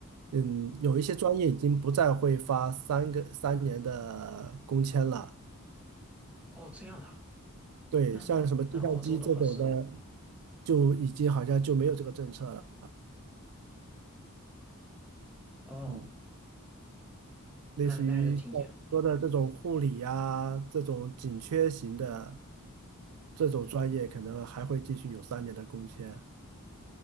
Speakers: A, on the right; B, in the centre.
A: 嗯，有一些专业已经不再会发三个三年的工签了。
B: 哦，这样的啊，
A: 对，
B: 那那那澳洲的话是，
A: 像什么计算机这种的，就已经好像就没有这个政策了。
B: 哦，
A: 嗯，类似于像我说的这种护理呀、
B: 那那还是挺严
A: 这种紧缺型的这种专业，可能还会继续有三年的工签。